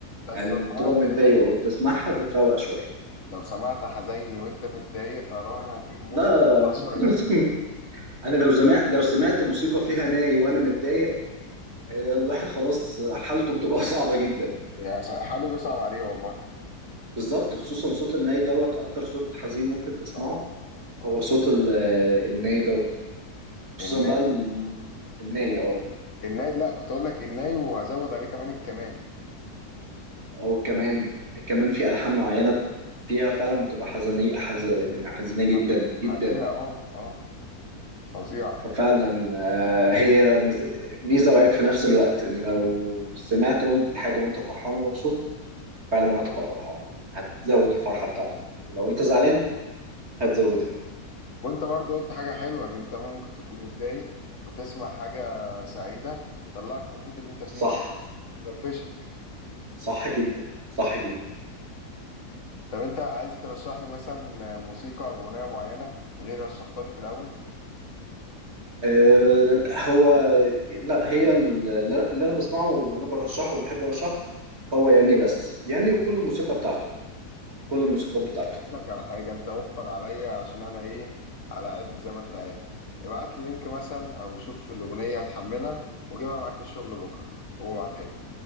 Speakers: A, on the left (about 50°); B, on the right (about 40°).
A: بس
B: يعني لما
A: لو
B: بتبقى
A: سمعت
B: متضايق
A: حزيني
B: وبتسمعها بتروق شوية
A: لو سمعت حزيني وانت متضايق اراهن هتجيب موس
B: لا
A: وتقطع شرايينك
B: <laughs> انا لو سمعت لو سمعت موسيقى فيها ناي وانا متضايق آه، الواحد خلاص حالته بتبقى <laughs> صعبة جدا
A: يعني حاله بيصعب عليه والله
B: بالظبط خصوصا صوت الناي دوت اكتر صوت حزين ممكن تسمعه
A: اه اه
B: هو صوت ال- الناي دوت خصوصا
A: الناي
B: بقى الم- الناي
A: و...
B: اه
A: الناي لا كنت اقول لك الناي وهزود عليه كمان الكمان
B: او كمان كمان في ألحان معينة فيها فعلا بتبقى حزينية حز... يعني حزينة جدا
A: حز-
B: جدا
A: حزينة اه اه فظيعة
B: ففعلا آه، هي مز- ميزة وعيب في نفس الوقت ان لو سمعت وانت الحاجة وانت فرحان ومبسوط فعلا هتبقى فرحان هتزود الفرحة بتاعتك ولو انت زعلان هتزودها
A: وانت برضو قلت حاجة حلوة ان انت ممكن تكون متضايق وتسمع حاجة سعيدة تطلعك من المود اللي انت فيه
B: صح
A: ده تفرفشك
B: صح جدا صح جدا
A: طب انت عايز ترشح لي مثلا موسيقى او اغنية معينة غير رشحتها لي في الاول
B: آه، هو لا هي اللي اللي انا بسمعه واللي انا برشحه وبحب ارشحه هو ياني بس ياني وكل الموسيقى بتاعته كل الموسيقى بتاعته
A: اقول لك على حاجة انت وفر عليا عشان انا ايه على قد زي ما انت عارف ابعت لي لينك مثلا او شوف الاغنية هتحملها وجيبها معاك الشغل بكرة وابعتها لي